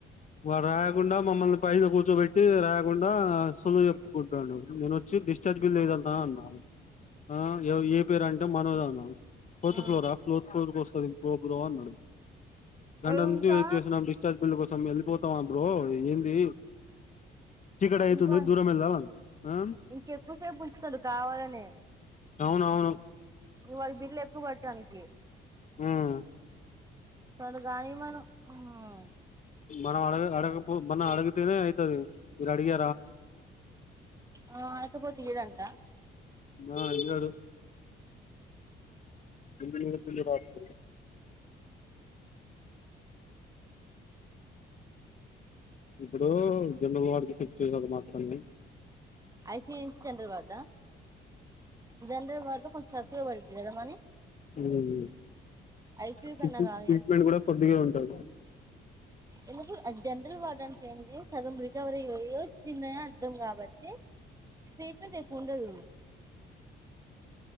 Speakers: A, on the left; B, on the right.
A: వాడు రాయకుండా మమ్మల్ని పైన కూర్చోబెట్టి రాయ కుండా సోల్లు చెప్పుకుంటాడు నేను వచ్చి డిశ్చార్జ్ బిల్లు <unintelligible> అన్నా. ఆ ఏవ ఏ పేరంటే మనోజ్ అన్న ఫోర్త్
B: ఆ
A: ఫ్లోరా ఫోర్త్ ఫ్లోర్ కోస్ పో బ్రో అన్నడు గంట
B: వాడు
A: నుంచి
B: ఇంకా
A: వెయిట్ చేస్తున్న డిస్చార్జ్ బిల్లు కోస్ తం ఎల్లి పోతావా బ్రో ఏంది చీకటి అయితుంది
B: ఇంకో
A: దూరం వెళ్ళాలి ఆ
B: ఇంకెక్కువసేపు ఉంచుతాడు కావాలనే
A: అవునవును
B: నువ్వు అది బిల్ ఎకువ్వు కట్ అనికి
A: హ్మ్మ్
B: సరే గానిమను హ్మ్మ్
A: మనం అడగ అడగపో మనం అడిగితేనే అయితది మీరు అడిగే
B: ఆ ఆడకపోతే ఇయడంట
A: ఆ ఇయ్యడు ఎంది చెప్పింది రాత్తిరి ఇప్పుడు జండ్రల్ వార్డ్ కి షిఫ్ట్ చేయరాదు మాఅత్తని
B: ఐసియు నుంచి జండ్రల్ వార్డ జండ్రల్ వార్డు కొంచక్కువే పడుద్దిగా మనీ
A: మ్మ్
B: ఐసీయూ
A: టీటు
B: కన్నా కాదు
A: ట్రీట్మెంట్ కూడా కొద్దిగా ఉం టది
B: ఎందుకు జండ్రల్ వార్డు అనిపోయింది సగం రికవరీ అయి వచ్చిందనే అర్ధం కాబట్టి. ట్రీట్మెంట్ ఎక్కువుండదు